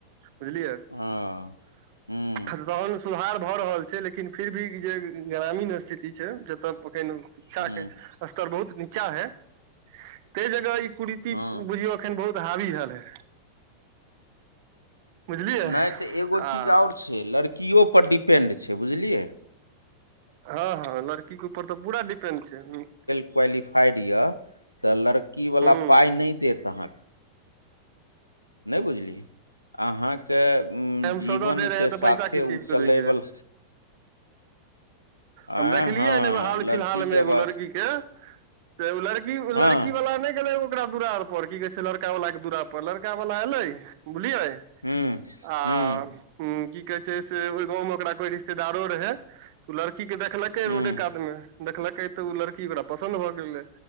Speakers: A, on the right; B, on the left.
A: बुझलियै
B: हँ हूँ
A: तहन सुधार भऽ रहल छै लेकिन फिर भी जे ग्रामीण स्थिति छै जतय एखन शिक्षा
B: हूँ
A: के स्तर बहुत नि चा है ताहि जगह ई कुरीति
B: हँ
A: बुझियौ अखन बहुत हावी भेल हइ बुझलियै
B: नहि तऽ एगो
A: आ
B: चीज आओर छै लड़कियो पर डिपेन्ड छै बुझलियै
A: हँ हँ लड़कीे ऊपर तऽ पूरा डिपेंड छै
B: कुवायली फाइड ये त लड़की वाला
A: हूँ
B: पाइ नहि देत आँहा के नहि बुझली अहाँके
A: हम सौदा
B: जीवनके
A: दे रहे हैं तो पैसा
B: साथे
A: किस
B: ओ
A: चीज को
B: चलयवला
A: देंगे हम
B: आँय
A: देखलियैन
B: हँ
A: एगो हाल
B: लड़की
A: फिलहालमे
B: जब
A: एगो
B: आ-
A: लड़की‌ के से ओ लड़की
B: हँ
A: लड़की वाला नहि ओकरा दुराअर पर पर की कहै छै लड़का वाला के दुरा पर लड़का वाला एलै बुझलियै
B: हूँ
A: आ
B: हूँ
A: ह की कहे छै से ओहि गाँव में ओकरा कोई रिश्तेदारो रहै तऽ ओ लड़की देखलकै
B: हूँ
A: रोडे कातमे देखलकै तऽ ओ लड़की ओकरा पसन्द भऽ गेलै